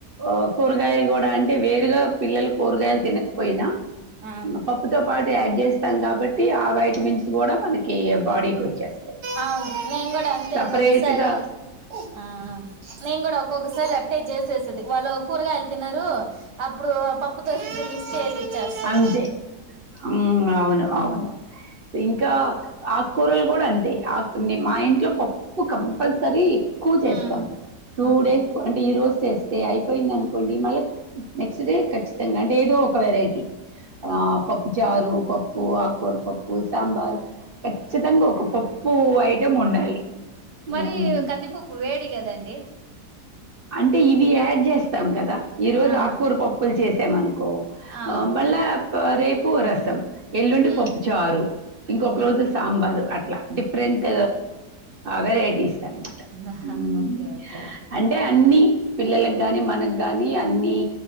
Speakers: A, on the right; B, on the right.
A: ఊ కూరగాయలు గోడ అంటే అంటే వేరుగా పిల్లల్ కోరుగాయలు తినక పోయినా
B: ఆ
A: ఇంగ పప్పుతో పాటు యాడ్ చేస్తాం కాబట్టి ఆ వైటమిన్స్ కూడా మనకి బాడీకి వచ్చేస్తాయి
B: అవును నేను కూడా అంతే
A: సపరేట్గా
B: ఒక్కొక్కసారి ఆ నేను కూడా ఒక్కొక్కసారి అట్టే చేసేసది వాళ్లు కూర్గయల్ ల్తినరు అప్పుడు ఆ పప్పుతో ఇగ మిక్స్ చేసిచ్చేస్తారు
A: అంతే ఉమ్ అవును అవును సో ఇంకా ఆకుకూరలు కూడా అంతే అక్ మా ఇంట్లో పప్పు కంపల్సరీ కూ చేస్తాం
B: మ్మ్
A: టూ
B: ఓకే
A: డేస్ కు అంటే ఈ రోజు తెస్తే అయిపోయింది అనుకోండి మళ్ళక్ నెక్స్ట్ ఇదే ఖచ్చితంగా అంటే ఏదో ఒక వెరైటీ ఆ
B: ఓకే
A: పప్పు చారు పప్పు ఆకూర పప్పు సాంబార్ ఖచ్చితంగా ఒక పప్పు ఐటం ఉండాలి
B: మరి
A: ఉమ్
B: కందిపప్పు వేడి కదండి
A: అంటే ఇవి యాడ్ చేస్తాం కదా ఈ రోజు
B: ఆహా
A: ఆకూర పప్పులు చేస్ తెమను కు
B: అవును
A: ఆ మళ్ళ రేపు రసం ఎల్లుండి
B: మ్మ్
A: పప్పు చారు ఇంకొక
B: మ్మ్ హు
A: రోజు సాంబారు అట్లా డిఫరెంట్ వెరైటీస్ అనమాట.
B: ఆహాహా
A: హ్మ్.
B: హా ఓకే ఓకే
A: అంటే అన్ని పిల్లలకు కానీ మనకు కానీ అన్ని